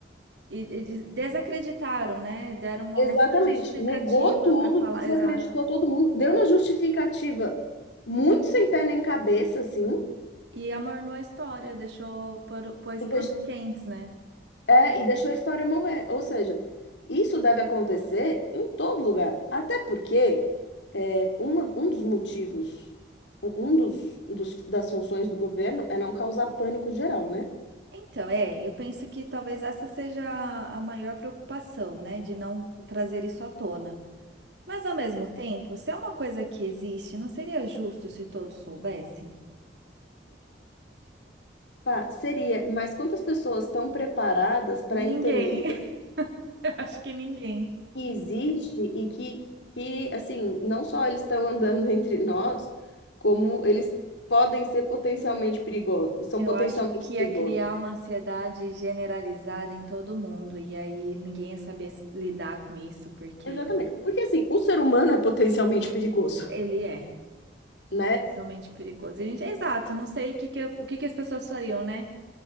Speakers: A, on the right; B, on the left.
A: E, e des- desacreditaram, né? Deram uma
B: Exatamente,
A: outra justificativa
B: negou tudo,
A: para falar.
B: desacreditou
A: Exato.
B: todo mundo, deu uma justificativa muito sem pé nem cabeça, assim,
A: E amornou a história, deixou, por- pôs
B: e,
A: panos
B: deix-
A: quentes, né?
B: É, e deixou a história morrer. Ou seja, isso deve acontecer em todo lugar. Até porque é, uma- um dos motivos, um um dos, dos- das funções do governo é não causar pânico geral, né?
A: Então, é, eu penso que talvez essa seja a a maior preocupação, né, de não trazer isso à tona. Mas, ao mesmo tempo, se é uma coisa que existe, não seria justo se todos soubessem?
B: Pá, seria, mas quantas pessoas estão preparadas para
A: Ninguém,
B: entender
A: <laughs> eu acho que ninguém.
B: que existe e que, que, assim, não só eles estão andando <laughs> entre nós, como eles podem ser potencialmente perigosos, são
A: Eu
B: potencialmente
A: acho que
B: perigosos.
A: é criar uma ansiedade generalizada em todo mundo, e aí ninguém ia saber s- lidar com isso, porque
B: Exatamente. Porque assim, o ser humano é potencialmente perigoso,
A: ele é.
B: né?
A: Potencialmente perigoso. E a gente, exato, não sei o que que, o que que as pessoas fariam, né?